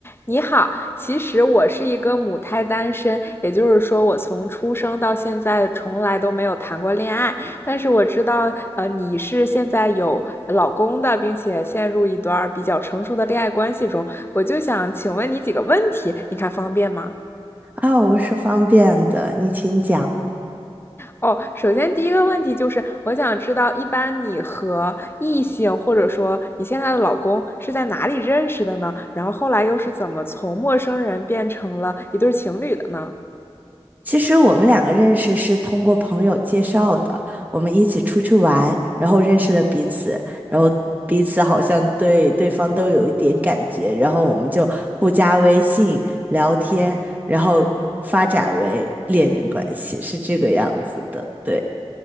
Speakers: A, on the left; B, on the right.
A: 你好，其实我是一个母胎单身，也就是说，我从出生到现在从来都没有谈过恋爱。但是我知道，呃，你是现在有老公的，并且陷入一段比较成熟的恋爱关系中。我就想请问你几个问题，你看方便吗？
B: 啊，我是方便的，你请讲。
A: 哦，首先第一个问题就是，我想知道，一般你和异性或者说你现在的老公是在哪里认识的呢？然后后来又是怎么从陌生人变成了一对情侣的呢？
B: 其实我们两个认识是通过朋友介绍的，我们一起出去玩，然后认识了彼此，然后彼此好像对对方都有一点感觉，然后我们就互加微信聊天，然后发展为恋人关系，是这个样子的，对。